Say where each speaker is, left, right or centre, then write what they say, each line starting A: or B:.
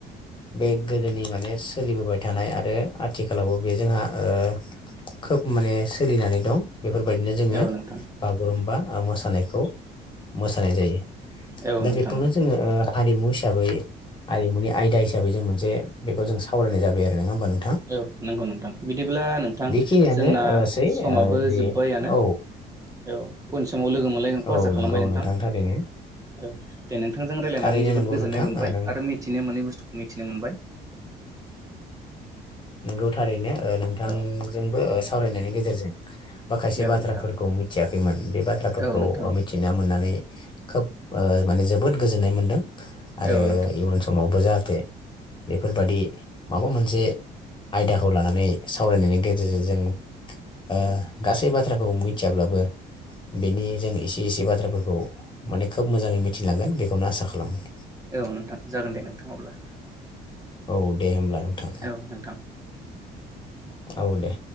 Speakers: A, on the left; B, on the right.
A: बे गोदोनि माने सोलिबोबाय थानाय आरो आथिखालावबो बे जोंहा ओ खोब माने सोलिनानै दं। बेफोरबायदिनो जोङो
B: औ नोंथां
A: बागुरुम्बा मोसानायखौ मोसानाय जायो
B: औ
A: दा
B: नोंथां
A: बेखौनो
B: औ
A: जोङो ओ हारिमु हिसाबै हारिमुनि आयदा हिसाब बै जों मोनसे बेखौ जों सावराय जाबाय आरो नङा होनबा नों
B: औ नोंगौ नोंथां बिदिब्ला नोंथां
A: बेखिनियानो
B: जोंना
A: ओ सै
B: समाबो
A: ओ जि
B: जोब्बायानो
A: औ
B: औ उनस समाव लोगो मोनलायगोनखौ
A: औ
B: आसा खालामबाय
A: नंगौ
B: नोंथां
A: थारैनो
B: औ दे नोंथांजों रायजलायनानै
A: थारैनो
B: जोबोद
A: नंगौ
B: गोजोननाय
A: नोंथां
B: मोनबाय
A: ओ नों
B: आरो मिथिनो मोनै बुस्थुखौ मिथिनो मोनबाय।
A: नोंगौ थारैनो ओ नोंथांजोंबो
B: औ
A: ओ सावरायनायनि गेजेरजों माखासे
B: औ
A: बाथ्राफोरखौ
B: नोंथां
A: मिथियाखैमोन बे बाथ्राफोरखौ
B: औ नोंथां
A: मिथिना मोननानै खोब ओ माने जोबोद गोजोननाय मोन्दों। आरो
B: औ नोंथां
A: इयुन समावबो जा थे बेफोरबायदि माबा मोन से आयदाखौ लानानै सावरायनायनि गेजेरजों जों ओ गासै बाथ्राखौ मिथियाब्लाबो बेनि जों एसे एसे बाथ्राफोरखौ माने खोब मोजाङै मिथिलांगोन बेखौनो आसा खालामबाय।
B: औ नोंथां जागोन दे नोंथां अब्ला।
A: औ दे होमब्ला नोंथां।
B: औ नोंथां
A: औ दे।